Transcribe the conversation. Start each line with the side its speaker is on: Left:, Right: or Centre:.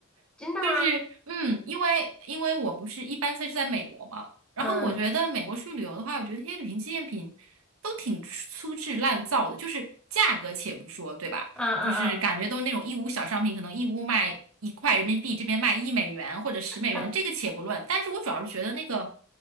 Centre: 真的吗？
Right: 就是嗯，因为因为我不是一般在是在美国嘛，然后我觉得美国去旅游的话，
Centre: 嗯
Right: 我觉得那些旅行纪念品都挺粗制滥造的，就是价格且不说，对吧？
Centre: 嗯嗯
Right: 就是感觉都是那种义乌小商品，可能义乌卖一块人民币，这边卖一美元或者十美元，
Centre: 嗯，
Right: 这个且不论。但是我主要是觉得那个